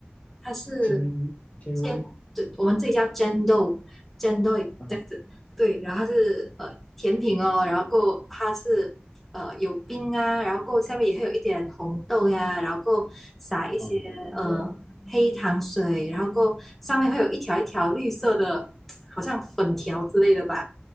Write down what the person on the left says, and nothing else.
尖尖锐
啊，
哦